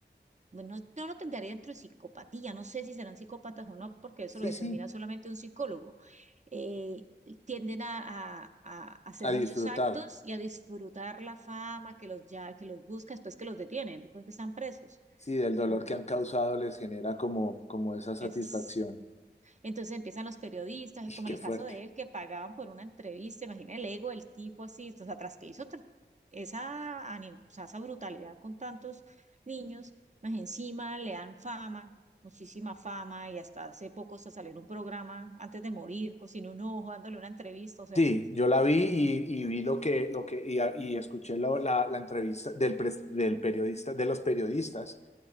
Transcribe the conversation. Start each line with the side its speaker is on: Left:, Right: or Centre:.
Right: bueno, no lo tendría dentro de psicopatía, no sé si serán psicópatas o no, porque eso
Left: Sí,
Right: lo determina
Left: sí,
Right: solamente un psicólogo. Eh, tienden a, a- a hacer
Left: a disfrutar,
Right: muchos actos y a disfrutar la fama que los ya, que los busca después que los detienen, después que están presos.
Left: sí, del dolor
Right: Entonces,
Left: que han causado les genera como, como esa satisfacción.
Right: es... Entonces empiezan los periodistas,
Left: Y
Right: como
Left: qué
Right: en el
Left: fuerte.
Right: caso de él, que pagaban por una entrevista, imagina el ego del tipo así, o sea, tras que hizo tr- esa, anim- o sea, esa brutalidad con tantos niños, más encima le dan fama, muchísima fama, y hasta hace poco se salió en un programa, antes de morir, cocinó un ojo, dándole una entrevista, o sea,
Left: Sí, yo la vi y, y vi lo que, lo que, y, y escuché la, la- la entrevista del, pres- del periodista, de los periodistas